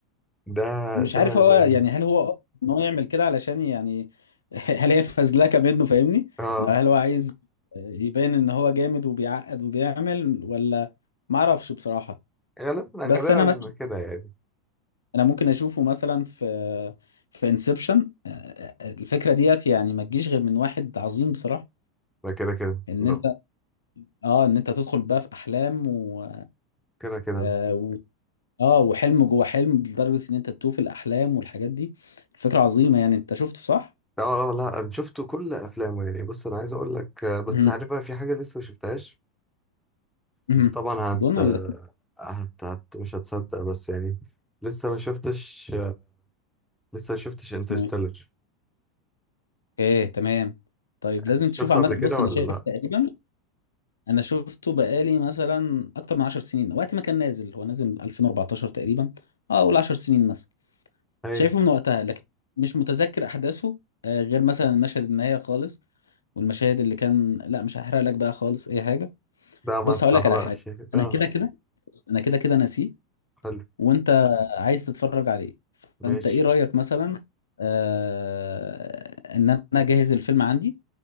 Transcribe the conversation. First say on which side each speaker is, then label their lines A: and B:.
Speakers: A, in the centre; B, on the left (about 75°).
A: ده
B: مش
A: ده
B: عارف هو
A: نولان
B: يعني هل هو قصد ان هو يعمل كده علشان يعني <laughs> هل هي فزلكه منه فاهمني
A: اه
B: يعني هل هو عايز يبين ان هو جامد وبيعقد وبيعمل ولا ما اعرفش بصراحه
A: غالبا
B: بس
A: غالبا
B: انا مثلا
A: كده يعني
B: انا ممكن اشوفه مثلا في في انسبشن الفكره ديت يعني ما تجيش غير من واحد عظيم بصراحه
A: لا كده كده
B: ان
A: لا
B: انت اه ان انت تدخل بقى في احلام و
A: كده كده
B: اه و- آه، وحلم جوه حلم لدرجة ان انت تتوه في الاحلام والحاجات دي الفكرة عظيمة يعني انت شفته صح؟
A: لا لا لا انا شفت كل افلامه يعني بص انا عايز اقول لك آه، بس
B: امم
A: عارف بقى في حاجة لسه ما شفتهاش
B: امم
A: انت طبعا هت...
B: دون ولا اسم-
A: هت... هت... مش هتصدق بس يعني لسه ما شفتش لسه ما شفتش انترستيلر
B: اسمه ايه؟ ايه تمام طيب لازم
A: انت شفته
B: تشوف عامة
A: قبل كده
B: بص
A: ولا
B: انا شايف
A: لا
B: تقريبا انا شفته بقالي مثلا اكتر من 10 سنين وقت ما كان نازل هو نازل 2014 تقريبا اه اقول 10 سنين مثلا
A: هايل
B: شايفه من وقتها لكن مش متذكر احداثه آه غير مثلا المشهد النهاية خالص والمشاهد اللي كان لا مش هحرق لك بقى خالص اي حاجة
A: ده ما
B: بص هقول
A: تحرقش
B: لك على حاجه
A: اه
B: انا كده كده انا كده كده ناسيه
A: حلو
B: وانت عايز تتفرج عليه فانت
A: ماشي
B: ايه رايك مثلا آه ان انا اجهز الفيلم عندي